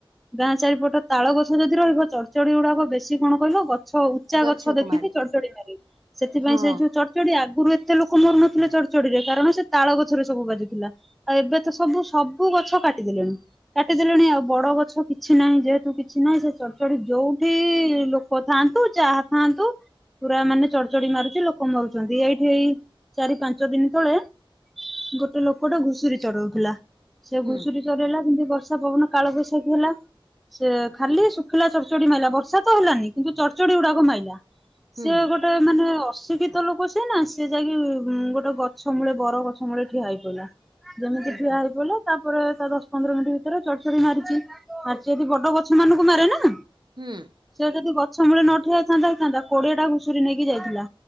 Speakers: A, in the centre; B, on the right (about 55°).
A: ଗାଁ ଚାରିପଟ ତାଳ ଗଛ ଯଦି ରହିବ ଚଡ଼ଚଡି ଗୁଡାକ ବେଶୀ କଣ କହିଲ ଗଛ, ଉଚା
B: ଗଛକୁ
A: ଗଛ ଦେଖିକି
B: ମାରେ
A: ଚଡ଼ଚଡି ମାରେ, ସେଥିପାଇଁ
B: ହଁ
A: ସେ ଯୋଉ ଚଡ଼ ଯଦି ଆଗରୁ ଏତେ ଲୋକ ମରୁ ନଥିଲେ ଚଡ଼ ଚଡିଯାଏ କାରଣ ସେ ତାଳ ଗଛରେ ସବୁ ବାଜିଥିଲା, ଆଉ ଏବେ ତ ସବୁ ସବୁ ଗଛ କାଟିଦେଲେଣି। କାଟିଦେଲେଣି, ଆଉ ବଡ ଗଛ କିଛି ନାହିଁ ଯେହେତୁ କିଛି ନାହିଁ ସେ ଚଡ଼ଚଡି ଯୋଉଠି ଲୋ କୋ ଥାନ୍ତୁ, ଚାହା ଥାନ୍ତୁ ପୁରା ମାନେ ଚଢ ଚଢି ମାରୁଛି, ଲୋକ ମରୁଛନ୍ତି, ଏଇଠି ଏଇ ଚାରି ପାଞ୍ଚ ପାଞ୍ଚ ଦିନ ତଳେ ଗୋଟେ ଲୋକଟା ଘୁଷୁରୀ ଚଢଉଥିଲା, ସେ
B: ହୁଁ
A: ଘୁଷୁରୀ ଚରେଇଲା, ଯେମିତି ବର୍ଷା ପବନ କାଳବୈଶାଖୀ ହେଲା। ସେ ଖାଲି ଶୁଖିଲା ଚଡ଼ଚଡି ମାଇଲା, ବର୍ଷା ତ ହେଲାନି କିନ୍ତୁ ଚଡ଼ଚଡି ଗୁଡାକୁ ମାଇଲା।
B: ହୁଁ
A: ସିଏ ଗୋଟେ ମାନେ ଅଶିକ୍ଷିତ ଲୋକ ସିଏ ନା ସି ଯାଇକି ଗୋ ଗୋଟ ଗଛ ମୂଳେ, ବର ଗଛ ମୂଳେ ଠିଆ ହେଇ ପଇଲା, ଯେମିତି
B: ଓହୋ
A: ଠିଆ ହେଇ ପଲା। ତାପରେ ତା ଦଶ ପନ୍ଦର ମିନିଟ୍ ଭିତରେ ଚଡ଼ଚଡି ମାରିଛି, ମାରିଚି ଯଦି ବଡ ଗଛ ମାନଙ୍କୁ ମାରେ ନା?
B: ହୁଁ।
A: ସେ ଯଦି ଗଛ ମୂଳେ ନଠିଆଇଥାନ୍ତା ହେଇଥାନ୍ତା, କୋଡିଆ ଟା ଘୁଷୁରୀ ନେଇକି ଯାଇଥିଲା।